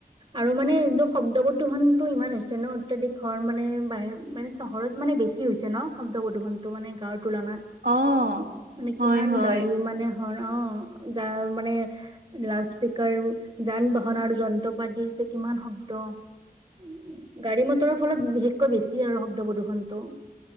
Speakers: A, on the right; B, on the right.
A: আৰু মানে এইটো শব্দ প্ৰদূষণটো ইমান হৈছে ন, অত্যাধিক মানে ঘৰ মানে বাহিৰ মানে চহৰত মানে বেছি হৈছে ন, শব্দ প্ৰদূষণটো মানে গাঁৱৰ তুলনাত।
B: অ
A: মানে
B: হয়
A: কিমান
B: হয়
A: গাড়ী মানে হয়, অঁ যাৰ মানে লাউড স্পীকাৰ যান বাহন আৰু যন্ত্ৰ পতিৰ যে কিমান শব্দ। উম, গাড়ী মটৰৰ ফলত বিশেষকৈ বেছি আৰু শব্দ প্ৰদূৰ্ষনটো।